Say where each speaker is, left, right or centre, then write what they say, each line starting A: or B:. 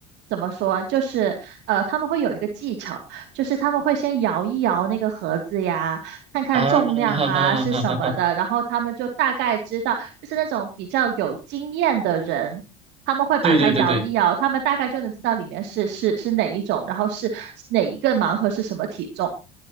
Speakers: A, on the right; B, on the right.
A: 怎么说？就是呃，他们会有一个技巧，就是他们会先摇一摇那个盒子呀，看看重量啊是什么的，
B: 啊，哈哈哈哈哈！哈，
A: 然后他们就大概知道，就是那种比较有经验的人。他们会把它摇一摇，
B: 对对对对，
A: 他们大概就能知道里面是是是哪一种，然后是哪一个盲盒是什么体重。